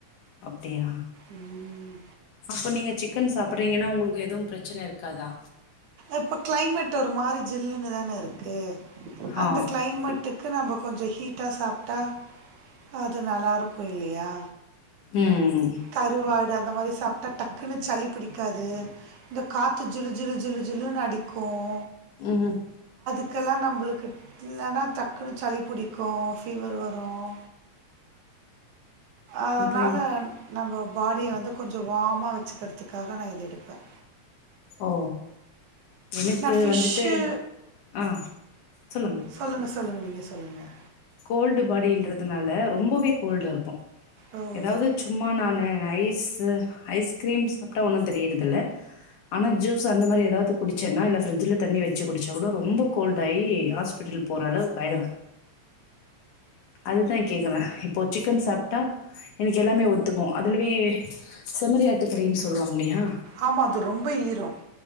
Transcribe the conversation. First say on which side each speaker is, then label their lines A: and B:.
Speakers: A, on the left (about 90°); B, on the right (about 85°).
A: அப்படியா
B: உம்
A: அப்ப நீங்க சிக்கன் சாப் அப்படிங்கன்னா உங்களுக்கு எதுவும் பிரச்சன இருக்காதா
B: இப்ப கிளைமேட் ஒரு மாதிரி ஜில்லுனு தான இருக்கு அந்த
A: ஆ
B: கிளைமேட்டுக்கு நம்ம கொஞ்சோ ஹீட் விட்டா சாப்பிட்டா அது நல்லா இருக்கும் இல்லையா
A: ம்
B: கருவாட அந்த மாரி சாப்பிட்டா டக்குன்னு சளி பிடிக்காது இந்த காத்து ஜிளு ஜிளு ஜிளு ஜிழுு அடிக்கும்
A: உஹம்
B: இதுக்கெல்லாம் நம்மளுக்கு இல்லன்னா டக்குன்னு சளி பிடிக்கும் ஃபீவர் வரும் அதனால
A: அப்ப
B: நம்ம பாடிய வந்து கொஞ்சம் வமாக வச்சுக்கிறதுக்காக நான் இது எடுப்பேன்
A: ஓ எனக்கு
B: நான் ஃபிஷ்ஷு
A: வந்துட்டு ஆஹ் சொல்லுங்க
B: சொல்லுங்கள் சொல்லுங்கள் நீங்க சொல்லுங்கள்
A: கோல்டு பாடின்றதுனால ரொம்பவே கோல்டா இருக்கும்
B: ஓ
A: ஏதாவது சும்மா நான் எஸ் சார் ஐஸ் கிரீம் சாப்பிட்டா ஒன்னும் தெரியதுறதில்ல ஆனா ஜூஸ் அந்த மாதிரி ஏதாவது குடிச்சேன்னா இல்ல ஃப்ரிட்ஜில தண்ணி வச்சு குடிச்சா கூட ரொம்ப கோல்டு ஆயி ஹாஸ்பிட்டல் போகிற அளவுக்குஆயிடு அதுதான் கேக்குறேன் இப்போ சிக்கன் சாப்பிட்டா எனக்கு எல்லாமே ஒத்துக்கும் அதில்ய செம்மரி ஆட்டுக்கரின்னு சொல்லுவாங்கலயா
B: ஆமாம் அது ரொம்ப ஈரம்